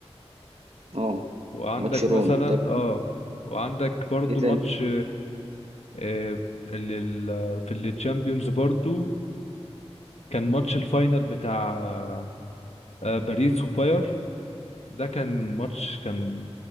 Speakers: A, on the right (about 70°); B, on the left (about 75°).
A: اه
B: وعندك
A: ماتش
B: مثلا
A: روما طب
B: اه وعندك برضو
A: ايه تاني
B: ماتش آه، ال- ال- في التشامبيونز برضو كان ماتش الفاينل بتاع آه، باريس وباير ده كان ماتش كان